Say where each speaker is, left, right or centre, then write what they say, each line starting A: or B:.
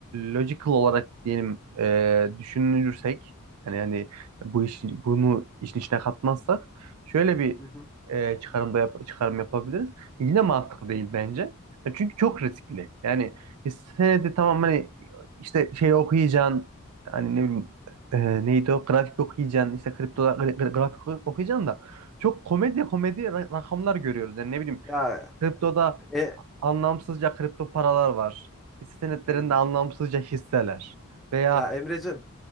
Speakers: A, on the right (about 85°); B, in the centre.
A: logical olarak diyelim e, düşünürsek hani hani bu işin bunu işin içine katmazsak şöyle bir
B: Hı hı.
A: e, çıkarımda yap- çıkarım yapabiliriz. Yine mantıklı değil bence. E, Çünkü çok riskli. Yani e, senedi tamam hani işte şey okuyacaksın hani ne bileyim e, neydi o grafik okuyacaksın işte kripto gra- gra- grafik oku- okuyacaksın da çok komedi komedi ra- rakamlar görüyoruz. Yani ne bileyim
B: Ya
A: kriptoda
B: e,
A: anlamsızca kripto paralar var. Hisse senetlerinde
B: hmm.
A: anlamsızca hisseler veya
B: Ya Emreciğim